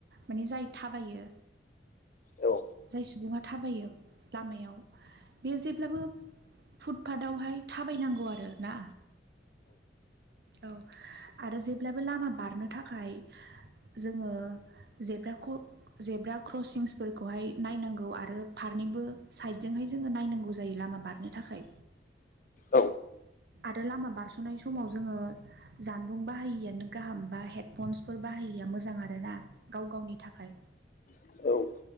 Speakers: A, on the right; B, on the left.
A: माने जाय थाबायो।
B: औ
A: जाय सुबुङा थाबायो लामायाव बेयो जेब्लाबो फुटपाथावहाय थाबायनांगौ आरो ना औ आरो जेब्लाबो लामा बारनो थाखाय जोङो जेब्रा क्र जेब्रा क्रसिंस फोरखौहाय नायनांगौ आरो फारनैबो साइदजोंहाय जोङो नायनांगौ जायो लामा बारनो थाखाय
B: औ
A: आरो लामा बारस'नाय समाव जोङो जानबुं बाहायैआनो गाहाम बा हेडफनसफोर बाहायिया मोजां आरोना गावनि गावनि थाखाय
B: औ